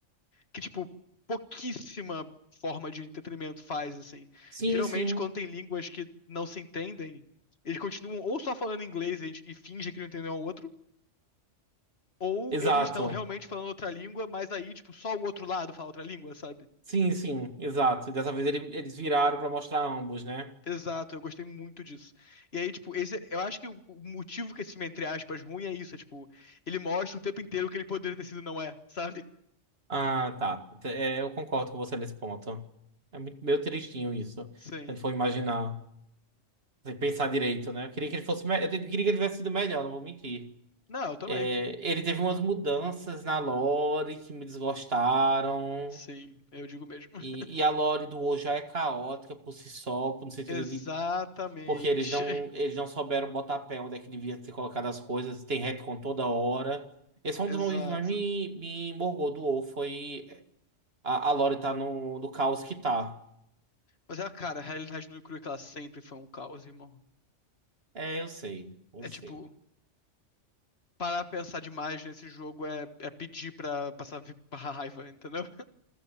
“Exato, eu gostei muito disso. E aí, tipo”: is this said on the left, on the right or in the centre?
Left